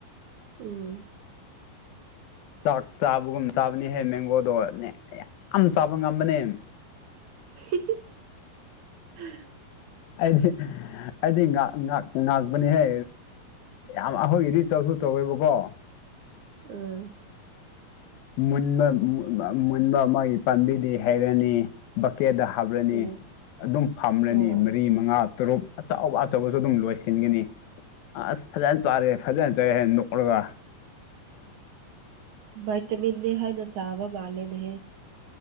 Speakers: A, on the right; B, on the left.
A: ꯎꯝ
B: ꯆꯥꯛ ꯆꯥꯕꯒꯨꯝ ꯆꯥꯕꯅꯦꯍꯦ ꯃꯦꯡꯒꯣꯗꯣꯅꯦ ꯌꯥꯝ ꯆꯥꯕ ꯉꯝꯕꯅꯦ
A: <inaudible>
B: ꯑꯩꯗꯤ ꯑꯩꯗꯤ ꯉꯥꯛ ꯉꯥꯛ ꯉꯥꯛꯄꯅꯦꯍꯦ ꯌꯥꯝ ꯑꯩꯈꯣꯏꯒꯤꯗꯤ ꯆꯧꯁꯨ ꯇꯧꯋꯦꯕꯀꯣ
A: ꯎꯝ
B: ꯃꯨꯟꯕ ꯃꯨꯟꯕ ꯃꯥ ꯒꯤ ꯄꯥꯝꯕꯤꯗꯤ ꯍꯩꯔꯅꯤ ꯕꯛꯀꯦꯗ ꯍꯥꯞꯔꯅꯤ
A: ꯎꯝ
B: ꯑꯗꯨꯝ ꯐꯝꯔꯅꯤ
A: ꯑꯣ
B: ꯃꯔꯤ ꯃꯉꯥ ꯇꯔꯨꯞ ꯑꯆꯧ ꯑꯆꯧꯕꯁꯨ ꯑꯗꯨꯝ ꯂꯣꯏꯁꯤꯟꯒꯅꯤ ꯑꯁ ꯐꯖꯅ ꯆꯥꯔꯦ ꯐꯖꯅ ꯆꯥꯏ ꯍꯥꯏꯅ ꯅꯣꯛꯂꯒ
A: ꯚꯥꯏꯇꯃꯤꯟꯅꯤ ꯍꯥꯏꯅ ꯆꯥꯕ ꯃꯥꯜꯂꯦꯅꯦꯍꯦ